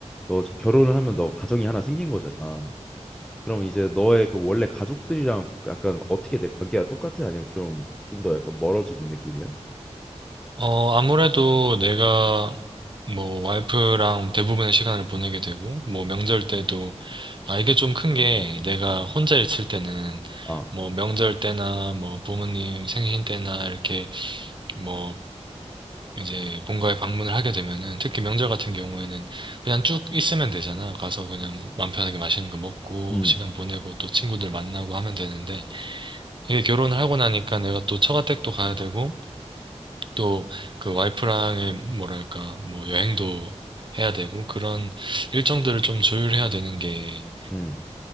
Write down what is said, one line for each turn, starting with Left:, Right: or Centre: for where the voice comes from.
Centre: 너 지금 결혼을 하면 너 가정이 하나 생긴 거잖아. 그럼 이제 너의 그 원래 가족들이랑 약간 어떻게 돼? 관계가 똑같아? 아니면 좀, 좀 더 약간 멀어지는 느낌이야?
Right: 어, 아무래도 내가 뭐 와이프랑 대부분의 시간을 보내게 되고, 뭐 명절 때도, 아, 이게 좀 큰 게 내가
Centre: 음.
Right: 혼자 있을 때는
Centre: 아,
Right: 뭐 명절 때나 뭐 부모님 생신 때나 이렇게 뭐 이제 본가에 방문을 하게 되면은 특히 명절 같은 경우에는 그냥 쭉 있으면 되잖아. 가서 그냥 맘 편하게 맛있는 거 먹고
Centre: 음,
Right: 시간 보내고 또 친구들 만나고 하면 되는데 이게 결혼을 하고 나니까 내가 또 처가댁도 가야 되고 또 그 와이프랑의 뭐랄까 뭐 여행도 해야 되고 그런 일정들을 좀 조율해야 되는 게
Centre: 음.